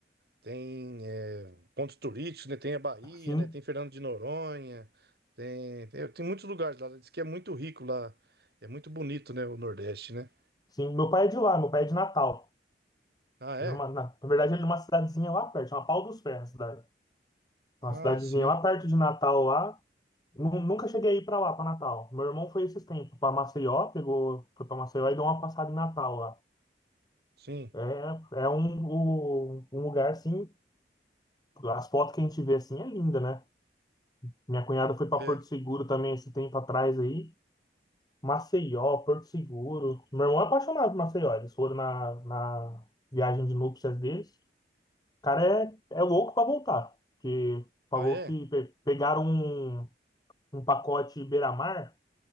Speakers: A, on the right; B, on the left.
A: tem é, pontos turísticos, né? Tem a Bahia,
B: sim,
A: né? Tem Fernando de Noronha, tem, tem, tem muitos lugares lá. Diz que é muito rico lá. É muito bonito, né? O Nordeste, né?
B: sim. Meu pai é de lá, meu pai é de Natal.
A: Ah, é?
B: Ele é uma- na, na verdade, ele é de uma cidadezinha lá perto, chama Pau dos Ferros, a cidade. Uma
A: Ah,
B: cidadezinha
A: sim,
B: lá perto de Natal, lá. Nu- Nunca cheguei a ir pra lá, pra Natal. Meu irmão foi esses tempos pra Maceió, pegou, foi pra Maceió e deu uma passada em Natal lá.
A: sim.
B: É, é um, o- um lugar assim, as fotos que a gente vê assim é linda, né? Minha cunhada foi pra
A: É.
B: Porto Seguro também esse tempo atrás aí. Maceió, Porto Seguro. Meu irmão é apaixonado por Maceió. Eles foram na, na viagem de núpcias deles. O cara é, é louco pra voltar. Que falou
A: Ah, é?
B: que pe- pegaram um, um pacote beira-mar.